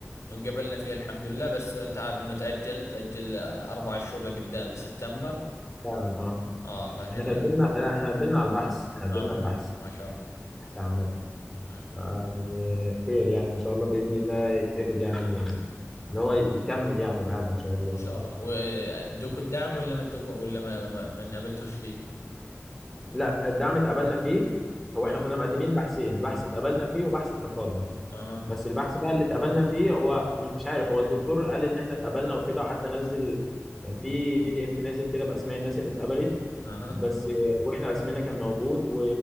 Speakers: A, on the left; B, in the centre.
A: وانقبلنا فيه الحمد لله بس انت عارف انه تأجل تأجل اربع شهور لقدام لسبتمبر
B: فعلا اه
A: اه فهنا
B: احنا قدمنا لا احنا قدمنا على البحث احنا قدمنا
A: نعم
B: البحث
A: ما شاء الله
B: بحث عامة
A: آه.
B: يعني خير يعني ان شاء الله بإذن الله يتقبل يعني اللي هو يكمل يعني معانا ان شاء الله
A: ان شاء الله وادوكوا الدعم ولا ما ادوكوا ولا ما ما, ما انقبلتوش فيه
B: لا الدعم اتقبلنا فيه هو
A: اه
B: احنا كنا مقدمين بحثين بحث اتقبلنا فيه وبحث اترفضنا
A: اها
B: بس البحث بقى اللي اتقبلنا فيه هو مش عارف هو الدكتور قال ان احنا اتقبلنا وكده وحتى نزل كان في بي دي اف نازل كده باسماء الناس اللي اتقبلت
A: اها
B: بس واحنا اسمنا كان موجود و...